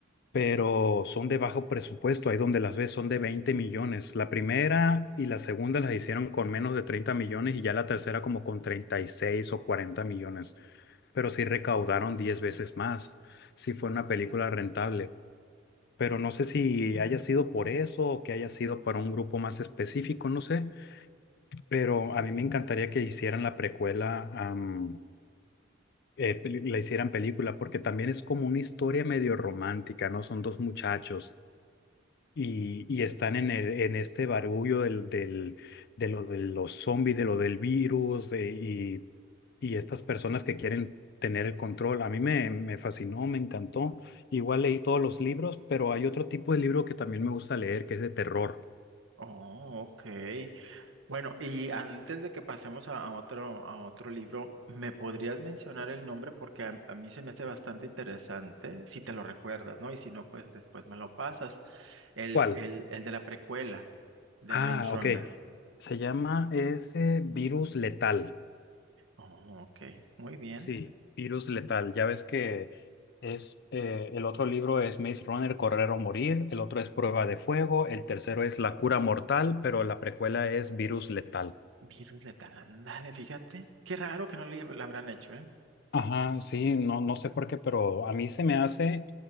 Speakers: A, on the left (about 55°); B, on the right (about 75°).
A: pero son de bajo presupuesto. Ahí donde las ves son de 20 millones. La primera y la segunda las hicieron con menos de 30 millones y ya la tercera como con 36 o 40 millones. Pero sí recaudaron 10 veces más. Sí fue una película rentable. Pero no sé si haya sido por eso o que haya sido para un grupo más específico, no sé. Pero a mí me encantaría que hicieran la precuela, am, eh, peli- la hicieran película, porque también es como una historia medio romántica, ¿no? Son dos muchachos y, y están en, el- en este barullo del, del, de lo de los zombies, de lo del virus eh, y, y estas personas que quieren tener el control. A mí me, me fascinó, me encantó. Igual leí todos los libros, pero hay otro tipo de libro que también me gusta leer, que es de terror.
B: oh, ok. Bueno, y antes de que pasemos a, a otro, a otro libro, ¿me podrías mencionar el nombre? Porque a, a mí se me hace bastante interesante, si te lo recuerdas, ¿no? Y si no, pues después me lo pasas. El,
A: ¿Cuál?
B: el, el de la precuela de
A: Ah,
B: Maze Runner.
A: ok. Se llama ese Virus Letal.
B: Oh, ok, muy bien.
A: Sí, virus letal. Ya ves que es eh, el otro libro es Maze Runner, Correr o Morir, el otro es Prueba de Fuego, el tercero es La cura mortal, pero la precuela es Virus letal.
B: Virus letal, ándale, fíjate. Qué raro que no le, lo habrán hecho, ¿eh?
A: Ajá, sí, no, no sé por qué, pero a mí se me hace